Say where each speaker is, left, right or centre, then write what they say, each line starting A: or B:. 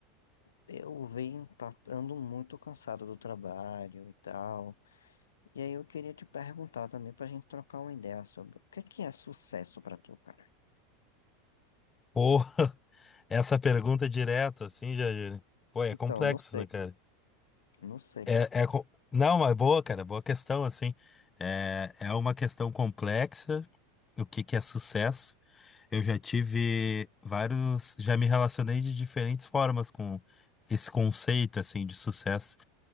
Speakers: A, on the left; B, on the left.
A: eu venho tá, ando muito cansado do trabalho e tal. E aí eu queria te perguntar também pra gente trocar uma ideia sobre o que é que é sucesso pra tu, cara?
B: porra, <laughs> essa pergunta direto, assim, já, já- né? pô, é
A: Então,
B: complexo,
A: não sei,
B: né, cara?
A: não sei.
B: É, é, co- não, mas boa, cara, boa questão, assim. É, é uma questão complexa, o que que é sucesso. Eu já tive vários, já me relacionei de diferentes formas com esse conceito, assim, de sucesso.